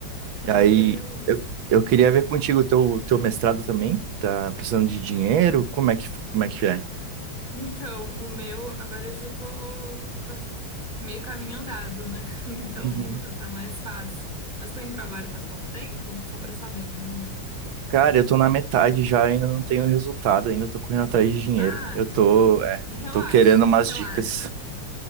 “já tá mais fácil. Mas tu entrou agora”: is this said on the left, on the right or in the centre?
Right